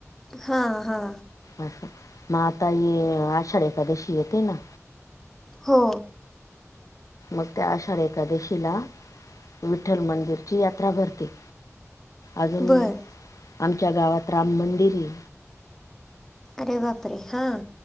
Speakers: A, in the centre; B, on the left.
A: हा हा
B: अस म आता ये आषाढी एखकादशी येते ना.
A: हो
B: मग ते आशाढ एकादशीला विठ्ठल मंदिरची यात्रा भरते. अजून
A: बरं
B: आमच्या गावात राम मंदिर ये
A: अरे बाप रे हां